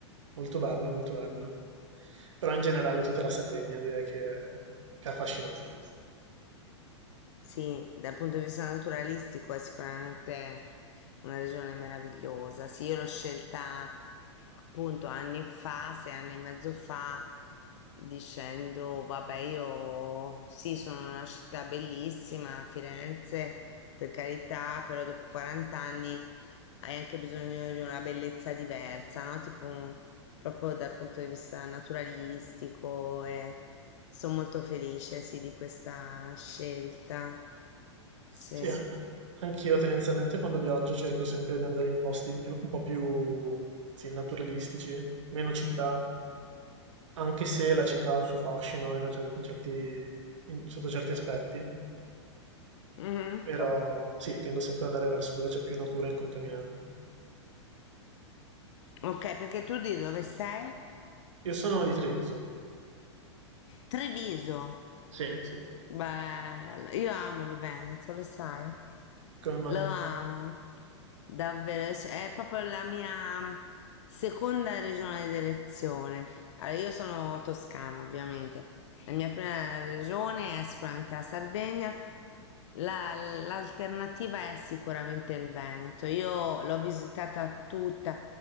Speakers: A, on the right (about 80°); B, on the left (about 70°).
A: molto bello, molto bello. Però in generale tutta la Sardegna direi che che è affascinante.
B: Sì. Sì, dal punto di vista naturalistico è sicuramente una regione meravigliosa. Sì, io l'ho scelta appunto anni fa, sei anni e mezzo fa, dicendo, vabbè, io sì, sono una città bellissima, Firenze, per carità, però dopo 40 anni hai anche bisogno di una bellezza diversa, no? Tipo Proprio dal punto di vista naturalistico e sono molto felice, sì, di questa scelta. Sì.
A: Sì, a anch'io tendenzialmente quando viaggio cerco sempre di andare in posti in più un po' più, sì, naturalistici, meno città, anche se la città ha il suo fascino in una cer- in certi- in- sotto certi aspetti,
B: Mhm.
A: però
B: No.
A: sì, tendo sempre ad andare verso dove c'è più natura incontaminata.
B: Ok, perché tu di dove sei?
A: Io sono di Treviso,
B: Treviso.
A: Sì, sì.
B: Bello, io amo il Veneto, lo sai,
A: come mai?
B: lo amo, davvero, cioè, è proprio la mia seconda regione d'elezione. Allora, io sono toscana, ovviamente, la mia prima regione è sicuramente la Sardegna, la- l'alternativa è sicuramente il Veneto. Io l'ho visitata tutta,